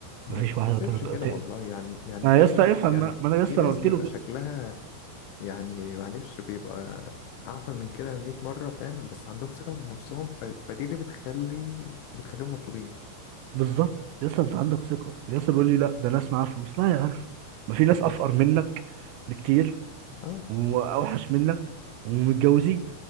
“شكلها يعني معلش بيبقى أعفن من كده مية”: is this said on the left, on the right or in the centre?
Left